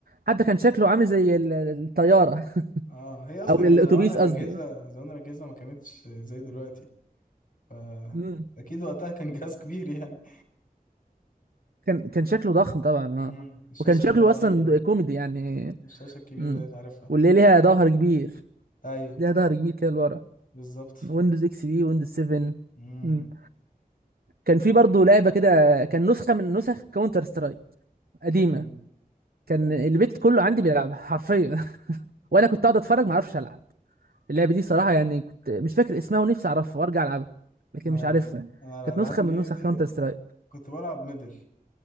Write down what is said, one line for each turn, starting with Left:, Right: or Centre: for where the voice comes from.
Right: حتى كان شكله عامل زي ال- الطياره <laughs>
Left: اه هي اصلا
Right: او الاتوبيس
Left: كان زمان الاجهزه
Right: قصدي
Left: زمان الاجهزه ما كانتش زي دلوقتي ف
Right: امم.
Left: اكيد وقتها كان جهاز كبير يعني
Right: كان كان شكله ضخم طبعا اه
Left: مم. الشاشه
Right: وكان شكله
Left: اللي هي العريضه
Right: اصلا
Left: دي
Right: كوميدي يعني
Left: الشاشه الكبيره
Right: امم
Left: دي تعرفها
Right: واللي ليها ظهر كبير
Left: ايوه
Right: ليها ظهر كبير كده لورا
Left: بالظبط
Right: ويندوز اكس بي ويندوز 7
Left: امم
Right: امم كان في برضه لعبه كده كان نسخه من نسخ كاونتر سترايك قديمه
Left: مم.
Right: كان البيت كله عندي بيلعبها حرفيا <laughs> وانا كنت قاعد اتفرج ما اعرفش العب اللعبه دي صراحه يعني كنت مش فاكر اسمها ونفسي اعرفها وارجع العبها لكن
Left: لا
Right: مش عارفها
Left: انا أنا الالعاب
Right: كانت نسخه
Left: اللي
Right: من
Left: هي
Right: نسخ
Left: دي
Right: كاونتر سترايك
Left: كنت بلعب ميدل